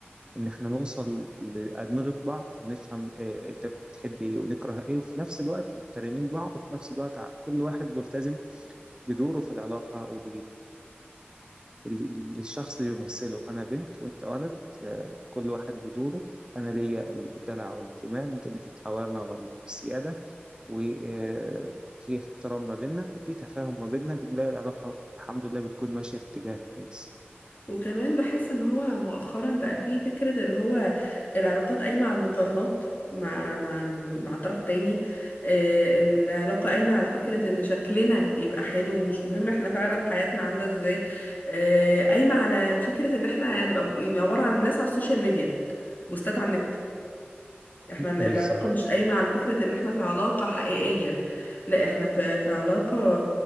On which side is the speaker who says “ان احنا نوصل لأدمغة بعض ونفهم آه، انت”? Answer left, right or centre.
Right